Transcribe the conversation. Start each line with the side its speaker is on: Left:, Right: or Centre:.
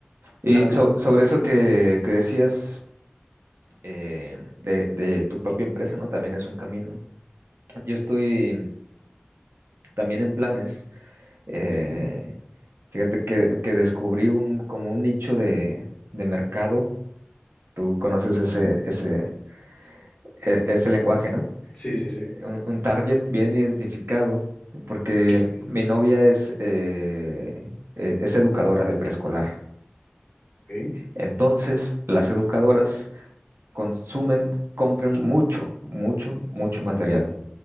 Right: Y
Left: Claro.
Right: so- sobre eso que, que decías eh, de, de tu propia empresa, ¿no? También es un camino. Yo estoy también en planes. Eh,
Left: Ok.
Right: fíjate que, que descubrí un, como un nicho de, de mercado. Tú conoces ese, ese, e- ese lenguaje, ¿no?
Left: Sí, sí, sí.
Right: Un, un target bien identificado, porque
Left: Ok.
Right: mi novia es, eh, eh, es educadora de preescolar.
Left: Ok.
Right: Entonces, las educadoras consumen, compran mucho, mucho, mucho material.